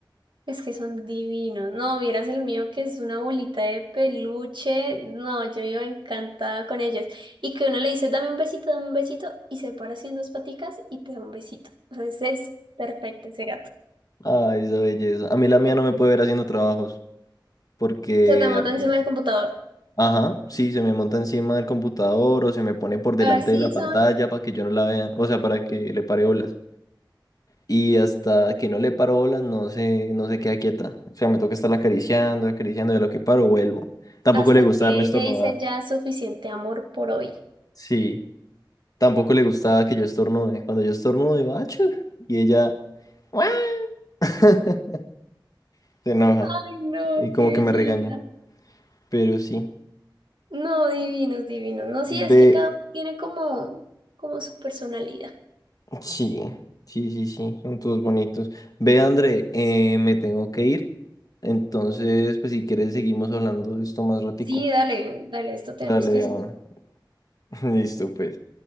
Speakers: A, on the right (about 75°); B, on the left (about 50°).
A: Es que son divinos. No, vieras el mío que es una bolita de peluche. No, yo iba encantada con ellos. Y que uno le dice, dame un besito, dame un besito, y se para así en dos paticas y te da un besito. O sea, ese es perfecto ese gato.
B: Ay, esa belleza. A mí la mía no me puede ver haciendo trabajos, porque...
A: Se te monta
B: apenas-
A: encima del computador.
B: Ajá, sí, se me monta encima del computador o se me pone por delante
A: Así
B: de la pantalla
A: son.
B: para que yo no la vea, o sea, para que le pare olas. Y hasta que no le paro bolas, no se, no se queda quieta. O sea, me toca estarla acariciando, acariciando, y a lo que paro, vuelvo. Tampoco
A: Hasta
B: le gusta
A: que
B: darme estornudar.
A: ella dice ya suficiente amor por hoy.
B: Sí. Tampoco le gustaba que yo estornude. Cuando yo estornudo, digo, ¡achú! Y ella "Guau". <laughs> se enoja.
A: Ay, no,
B: Y como
A: qué
B: que me
A: belleza.
B: regaña. Pero sí.
A: No, divinos, divinos. No, sí,
B: Ve,
A: es que cada uno tiene como, como su personalidad.
B: sí. Sí, sí, sí. Son todos bonitos. Ve, André, eh, me tengo que ir. Entonces, pues si quieres, seguimos hablando de esto más ratico.
A: Sí, dale, dale, esto tenemos
B: Dale,
A: que
B: Diana. <laughs> Listo, pues.